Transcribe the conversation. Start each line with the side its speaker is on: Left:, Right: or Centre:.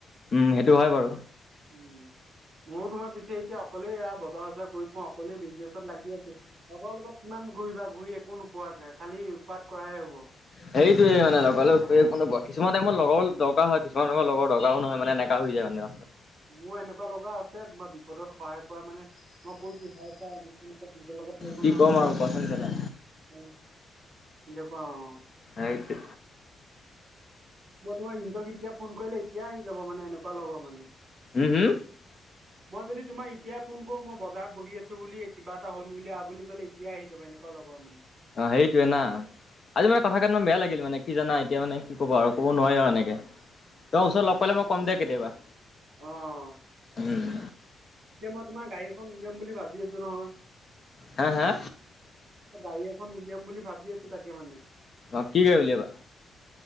Left: উম, সেইটো হয় বাৰু।
Right: উম। মইয়ো তোমাৰ পিছে এতিয়া অকলেই এইয়া বজাৰ- চজাৰ কৰি ফুৰাওঁ, অকলেই বিজনেছত লাগি আছো। লগৰ লগত কিমান ঘূৰিবা, ঘূৰি একো নোপোৱা, খালি উৎপাত কৰাহে হ'ব।
Left: সেইটোৱে মানে লগৰ লগত ঘূৰি একো নোপোৱা। কিছুমান টাইমত লগৰ দৰকাৰ হয়, কিছুমান টাইমত লগৰ দৰকাৰো নহয়। মানে এনে কা হৈ যায় মানে অ।
Right: মোৰ এনেকুৱা লগৰ আছে তোমাৰ বিপদত সহায় কৰা মানে মই কৈছো ভাই চা এনেকুৱা <unintelligible> লগত
Left: কি ক'ম আৰু কোৱাচোন কেলা।
Right: <unintelligible> দেখুৱা অ।
Left: সেইটো
Right: মই তোমাৰ সিনতক এতিয়া ফোন কৰিলে এতিয়াই আহি যাব মানে এনেকুৱা লগৰ মানে।
Left: উ হু?
Right: মই যদি তোমাৰ এতিয়াই ফোন কৰো মই বজাৰত বহি আছো বুলি, কিবা এটা হ'ল বুলি, আহ বুলি ক'লে ইত এতিয়াই আহি যাব, এনেকুৱা লগৰ মানে।
Left: অ, সেইটোৱে না। আজি মানে কথা কেটামান বেয়া লাগিল মানে, কি জানা এতিয়া মানে কি ক'বা আৰু ক'ব নোৱাৰি আৰু এনেকে। ত ওচৰত লগ পালে মই কম দে কেতিয়াবা।
Right: অ, অ, অ।
Left: উম
Right: এতিয়া মই তোমাৰ গাড়ী এখন উলিয়াম বুলি ভাবি আছো নহয়।
Left: হা? হা?
Right: এ গাড়ী এখন উলিয়াম বুলি ভাবি আছো তাকে মানে।
Left: অ কি গাড়ী উলিয়াবা?